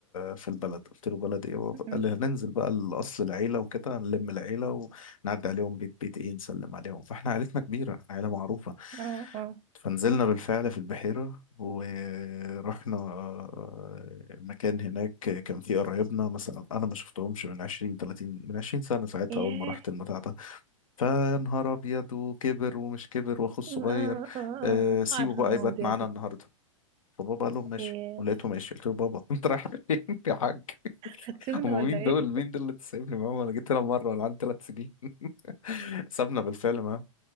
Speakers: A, on the left (about 75°); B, on the right (about 30°).
A: في البلد قلت له بلد ايه بابا؟
B: م-
A: قال
B: م.
A: لي هننزل بقى لاصل العيله وكده نلم العيله ونعدي عليهم بيت بيت ايه نسلم عليهم فاحنا عيلتنا كبيره عيله معروفه
B: اه اه
A: فنزلنا بالفعل في البحيره ورحنا آه، مكان هناك كان فيه قرايبنا مثلا انا ما شفتهمش من 20 30 من 20 سنه ساعتها
B: ياه
A: اول ما رحت المتاع ده فنهار ابيض وكبر ومش كبر واخوه الصغير
B: آه آه آه
A: آه، سيبه
B: عارفة
A: بقى
B: المواضيع
A: يبات معانا
B: دي
A: النهارده فبابا قال لهم ماشي
B: إيه
A: ولقيته ماشي قلت له بابا <laughs> انت رايح فين يا حاج
B: هتسيبنا
A: <laughs> هم
B: ولا
A: مين
B: إيه؟
A: دول مين دول اللي تسيبني معاهم انا جيت هنا مره انا عندي ثلاث سنين <laughs> سابنا بالفعل معاهم.